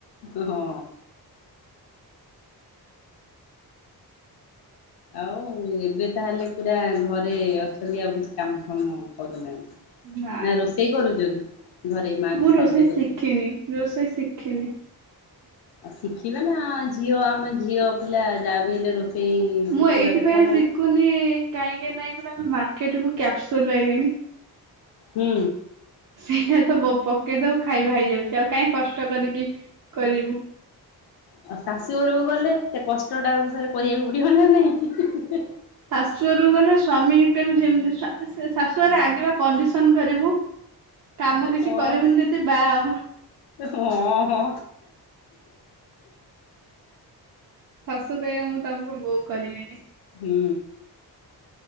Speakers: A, on the left; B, on the right.
A: ଓ ହଁ। ଆଉ ଏବେ ତାହେଲେ ପୁରା ଘରେ ଅଛନ୍ତି ଆଉ କିଛି କାମ ଫାମ କରୁନାହାନ୍ତି।
B: ନାଇଁ
A: ନା ରୋଷେଇ କରୁଛନ୍ତି? ଘରେ ମା
B: ମୁଁ
A: କୁ
B: ରୋଷେଇ
A: ସାହାଯ୍ୟ କରୁଛନ୍ତି।
B: ଶିଖିନି ରୋଷେଇ ଶିଖିନି
A: ଶିଖିଵା ନା ଝିଅ ଆମ ଝିଅ ପିଲା ଯାହା ବି ହେଲେ ରୋଷେଇ
B: ମୁଁ
A: ଶିଖିବା
B: ଏଇଥିପାଇ
A: କଥା ନା।
B: ଶିଖୁନି କାହିଁକି ନାଇଁ ପୁରା ମାର୍କେଟକୁ କ୍ୟାପସୁଲ ଆଇଲାଣି
A: ହୁଁ।
B: ସେଇଟା ତ ପ ପକେଇ ଦେବୁ ଖାଇବା ହେଇଯାଉଛି ଆଉ କାଇହିଁ କଷ୍ଟ କରିକି କରିବୁ।
A: ଆଉ ଶାଶୁ ଘରକୁ ଗଲେ ସେ କଷ୍ଟଟାକୁ ପରେ କରିବାକୁ ପଡିବ ନା ନାଇଁ
B: ଶାଶୁ ଘରୁ ଗଲେ ସ୍ଵାମୀ କେ ବି ଯେମିତି ସ୍ୱା ସେ ଶାଶୁ ଘରେ ଆଗେ ଵା କଣ୍ଡିସନ କରିମୁ କାମ କିଛି
A: ହଁ
B: କରିବୁନି ଯଦି ବାହା ହେବୁ
A: ହଁ
B: ଶାଶୁ କହିବା ମୁଁ ତମକୁ ବହୁ କରିବିନି
A: ହୁଁ।